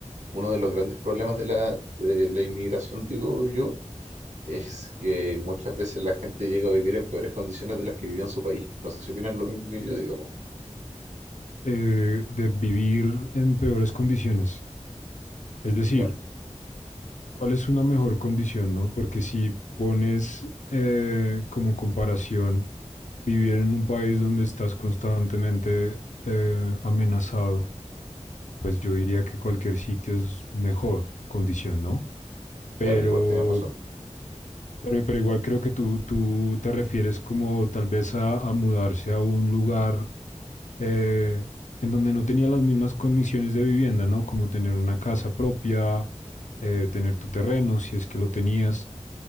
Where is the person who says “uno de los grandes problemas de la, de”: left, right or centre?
Right